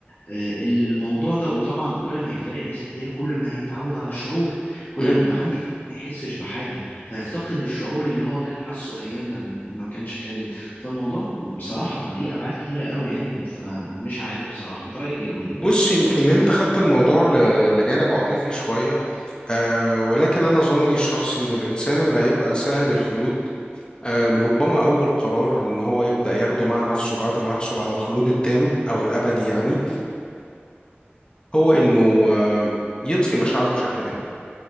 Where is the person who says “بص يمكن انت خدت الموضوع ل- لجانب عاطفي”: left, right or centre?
Left